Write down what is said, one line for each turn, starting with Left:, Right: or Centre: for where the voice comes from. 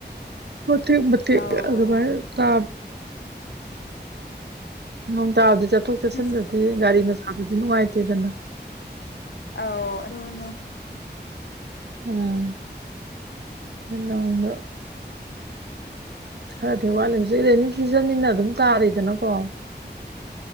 Right: ꯃꯇꯦꯛ ꯃꯇꯦꯛ
Left: ꯑꯧ
Right: ꯑꯗꯨꯃꯥꯢ ꯇꯥ
Left: <inaudible>
Right: ꯅꯣꯡ ꯇꯥꯕꯗꯤ ꯆꯠꯊꯣꯛ ꯆꯠꯁꯤꯟꯗꯗꯤ
Left: ꯑꯁ
Right: ꯒꯥꯔꯤ ꯃꯆꯥꯗꯨꯗꯤ ꯅꯨꯡꯉꯥꯏꯇꯦꯗꯅ
Left: ꯑꯣ ꯑꯗꯨꯨꯅꯦ
Right: ꯎꯝ ꯏꯅ ꯎꯅ <unintelligible> ꯈꯔꯗꯤ ꯋꯥꯠꯂꯦ ꯍꯧꯖꯤꯛ ꯔꯦꯅꯤ ꯁꯤꯖꯟꯅꯤꯅ ꯑꯗꯨꯝ ꯇꯥꯔꯤꯗꯅꯀꯣ